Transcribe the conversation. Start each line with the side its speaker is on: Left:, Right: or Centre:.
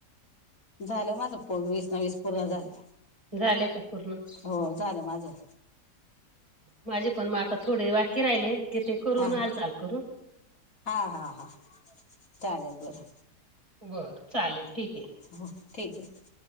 Left: झालं माझं प वीस ना वीस पूर्ण झाले,
Right: झाले का पूर्ण
Left: हो झालं माझं.
Right: माझे पण म आता थोडे बाकी राहिले. की ते करून
Left: हा
Right: हालचाल करू
Left: हा हा हा, चालेल बरं.
Right: बरं चालेल ठीक आहे.
Left: हो, ठीक आहे.